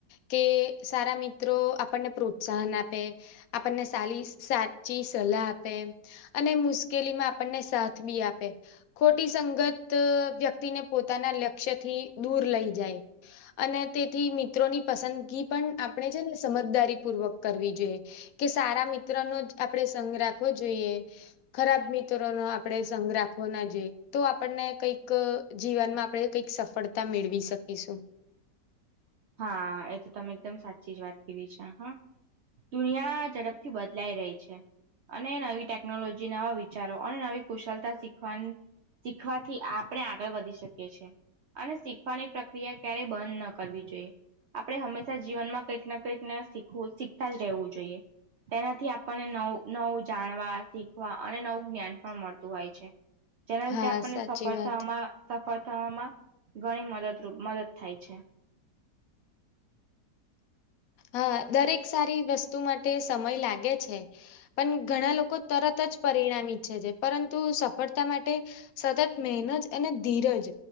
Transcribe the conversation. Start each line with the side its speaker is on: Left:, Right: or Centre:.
Left: કે સારા મિત્રો આપણને પ્રોત્સાહન આપે. આપણને સારી સાચી સલાહ આપે. અને મુશ્કેલી માં આપણને સાથ બી આપે. ખોટી સંગત વ્યક્તિને પોતાના લક્ષ્યથી દૂર લઈ જાય. અને તેથી મિત્રોની પસંદગી પણ આપણે છે ને સમજદારીપૂર્વક કરવી જોઈએ કે સારા મિત્ર નો જ આપણેે સઘ રાખવો જોઈએ. ખરાબ મિત્રો નો આપડે સઘ રાખવો ના જોઈએ. તો આપણને કઈક જીવનમાં આપણે કઈક સફળતા મેળવી શકીશું.
Right: હા એ તો તમે એકદમ સાચી જ વાત કરીીધી છે હ. દુનિયા ઝડપથી બદલાઈ રહી છે. અને નવી ટેકનોલોજી નવા વિચારો અને નવી કુશળતા શીખવાની. શીખવાથી આપણે આગળ વધી શકીએ છીએ. અને શીખવાની પ્રક્રિયા ક્યારેય બંધ ન કરવી જોઈએ. આપણે હંમેશા જીવનમાં કંઈક ના કઈકને શીખવું શીખતા જ રહેવું જોઈએ. તેનાથી આપણને નવ નવું જાણવા શીખવા અને નવું જ્ઞાન પણ મળતું હોય છે. જેના
Left: હા
Right: લધ આપણને
Left: સાચી
Right: સફળ
Left: વાત.
Right: થવામાં સફળ થવામાં ઘણી મદદરૂપ મદદ થાય છે.
Left: હા દરેક સારી વસ્તુ માટે સમય લાગે છે. પણ ઘણા લોકો તરત જ પરિણામ ઈચ્છે છે પરંતુ સફળતા માટે સતત મહેનજ અને ધીરજ